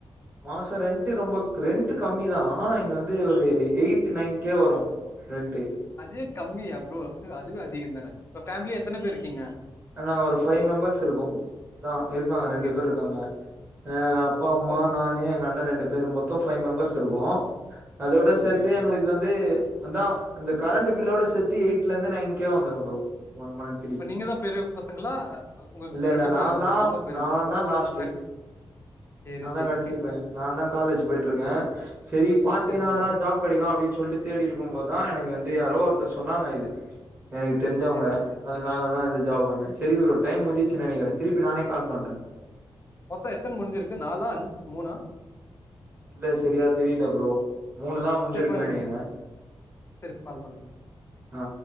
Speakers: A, on the right; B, on the left.
A: மாச ரென்ட்டு ரொம்ப ரென்ட்டு கம்மிதா இங்க வந்து ஒரு எயிட் நைன் கே வரு ரென்ட்டு
B: அதே கம்மியா ப்ரோ அதுவே அதிகந்தான இப்ப ஃபேமிலி எத்தன பேர்ருக்கீங்க
A: அனா ஒரு ஃபைவ் மெம்பர்ஸ் இருக்கொ தா இருக்காங்க ரெண்டு
B: ஓகே
A: பேர்ருக்காங்க
B: ஓகே
A: ஆ அப்பா அம்மா
B: ஓகே
A: நானு எங்க அண்ண ரெண்டு பேரு மொத்தொ ஃபைவ் மெம்பர்ஸ் திருக்கோ அதோட சேத்து
B: ஓகே ஓகே
A: எங்களுக்
B: ஓகே.
A: வந்து அதா அந்த கரண்டு பில்லோட சேத்து எயிட்லந்து நைன் கே வந்துரும் ப்ரோ ஒன் மண் த்ரி
B: இப்ப நீங்க தான் பெரிய பசங்களா? உங்க
A: இல்லெல்ல
B: பேரு
A: நாந்தா
B: அவங்க பெரிய
A: நாந்தா லாஸ்ட்டு
B: கடைசி சரி
A: நாந்தா
B: சரி.
A: கடசி பைய நாந்தா காலேஜு போயிட்ருக்கே செரி பார்ட்டி
B: சரி
A: எனாதுனா
B: சரி.
A: ஜாப் கெடக்கு அப்டி சொல்ட்டு தேடியிருக்கும் ப தா எனக்கு வந்து யாரோ ஒருத்தர் சொன்னாங்க இது எனகு தெருஞ்சவ்ங்க
B: சரி சரி.
A: அதனாலதா இது ஜாப் வாங்க செரி ப்ரோ டைம் முஞ்சி சின் நனகிறே திருப்பி நானே கால் பண்றே
B: மொத்தொ எத்தன் முஞ்சிருக்கு நாலா அஞ் மூனா
A: இல்ல சரியா தெரில ப்ரோ மூணுதா முஞ்சிருக்கு
B: சரி பண்ணுங்க.
A: நனகிறே
B: சரி கால் பண்ணுங்க
A: ஆ